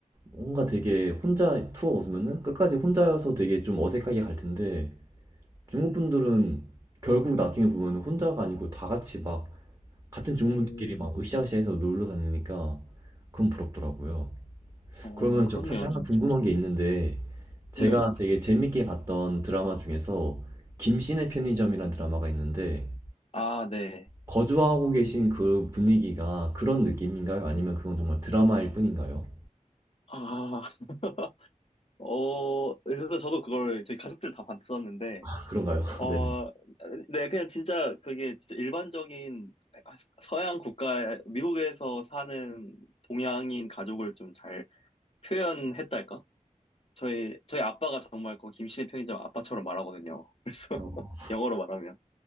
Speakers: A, on the right; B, on the left.
A: 뭔가 되게 혼자 투어 오면은 끝까지 혼자여서 되게 좀 어색하게 갈 텐데 중국 분들은 결국 나중에 보면 혼자가 아니고 다 같이 막 같은 중국분들끼리
B: 음,
A: 막 으쌰으쌰해서 놀러 다니니까 그건 부럽더라고요.
B: 어,
A: 그러면
B: 그렇네요,
A: 저 사실 하나
B: 진짜.
A: 궁금한 게 있는데 제가
B: 네.
A: 되게 재밌게 봤던 드라마 중에서 김씨네 편의점이라는 드라마가 있는데
B: 아, 네.
A: 거주하고 계신 그 분위기가 그런 느낌인가요? 아니면 그건 정말 드라마일 뿐인가요?
B: 아, <laughs> 어, 그래서 저도 그걸 저희 가족들 다 봤었는데,
A: 아, 그런가요? <laughs>
B: 어,
A: 네네.
B: 네, 그냥 진짜 그게 진짜 일반적인 서양 국가, 미국에서 사는 동양인 가족을 좀 잘 표현했달까? 저희, 저희 아빠가 정말 그 김씨의 편의점 아빠처럼 말하거든요. 그래서 <laughs>
A: 어.
B: 영어로 말하면.